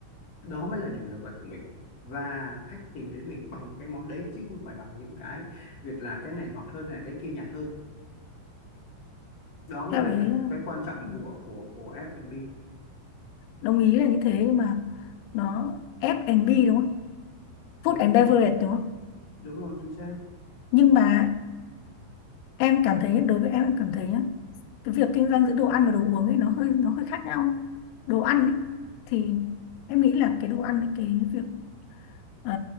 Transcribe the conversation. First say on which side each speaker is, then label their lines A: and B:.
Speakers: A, on the left; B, on the left.
A: đó mới là điểm nổi bật của mình và khách tìm đến mình bằng cái món đấy chứ không phải bằng những cái việc là cái này ngọt hơn hay là cái kia nhạt hơn đó mới
B: theo
A: là
B: cái
A: cái cái quan trọng
B: ừ,
A: của của của F&B
B: đồng ý là như thế nhưng mà nó ép and F&B đúng không food
A: đúng
B: and
A: rồi
B: beverage đúng không
A: đúng rồi chính xác
B: nhưng mà em cảm thấy đối với em em cảm thấy nhá, cái việc kinh doanh giữa đồ ăn và đồ uống ấy nó hơi nó hơi khác nhau đồ ăn ấy thì em nghĩ là cái đồ ăn ấy, cái việc ờ,